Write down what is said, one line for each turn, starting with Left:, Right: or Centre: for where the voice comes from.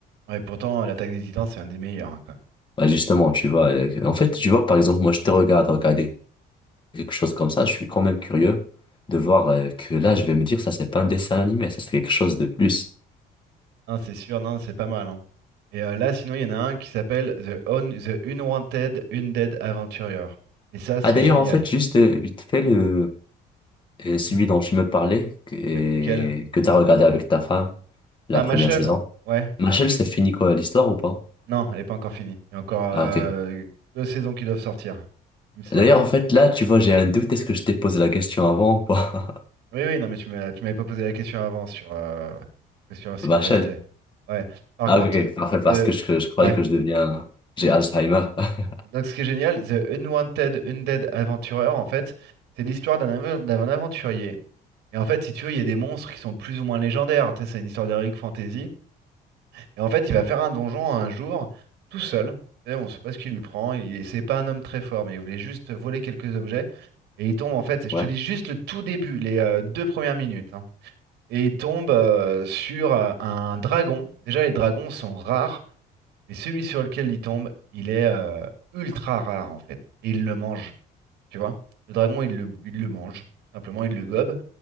Right: Ouais, pourtant, l'Attaque des Titans, c'est un des meilleurs, hein, quand même.
Left: Bah, justement, tu vois, euh, en fait, tu vois, par exemple, moi, je te regarde regarder quelque chose comme ça, je suis quand même curieux de voir euh, que là, je vais me dire, ça, c'est pas un dessin animé, ça, c'est quelque chose de plus.
Right: Non, c'est sûr, non, c'est pas mal, hein. Et euh, là, sinon, il y en a un qui s'appelle The, Un- The Unwanted Undead Aventurier. Et ça, c'est
Left: Ah, d'ailleurs,
Right: génial.
Left: en fait, juste euh, vite fait, le, euh, celui
Right: Oui.
Left: dont tu me parlais, que, et
Right: Le- Lequel?
Left: que t'as regardé avec ta femme, la
Right: Ah, Machel?
Left: première saison.
Right: Ouais.
Left: Machel, c'est fini quoi, l'histoire ou pas?
Right: Non, elle n'est pas encore finie. Il y a encore
Left: Ah,
Right: euh,
Left: ok.
Right: deux saisons qui doivent sortir, il me semble.
Left: D'ailleurs, en fait, là, tu vois, j'ai un doute. Est-ce que je t'ai posé la question avant ou pas?
Right: Oui, oui, non, mais tu m'as, tu m'avais pas posé la question avant sur, euh, sur ce
Left: <laughs> Vachel.
Right: qui restait. Ouais. Par
Left: Ah,
Right: contre,
Left: ok, ok. parfait, parce
Right: The...
Left: que je, je croyais
Right: ouais.
Left: que je deviens... J'ai Alzheimer. <laughs>
Right: Donc, ce qui est génial, The Unwanted Undead Adventurer, en fait, c'est l'histoire d'un av- d'un aventurier. Et en fait, si tu veux, il y a des monstres qui sont plus ou moins légendaires. Tu sais, c'est une histoire d'heroic fantasy. Et en fait, il va faire un donjon un jour, tout seul. Tu sais, on ne sait pas ce qui lui prend. Il, c'est pas un homme très fort, mais il voulait juste voler quelques objets. Et il tombe, en fait, je
Left: Ouais.
Right: te dis juste le tout début, les euh, deux premières minutes. hein. Et il tombe euh, sur euh, un dragon. Déjà, les dragons sont rares, mais celui sur lequel il tombe, il est euh, ultra rare, en fait. Et il le mange, tu vois. Le dragon, il le, il le mange. Tout simplement, il le gobe.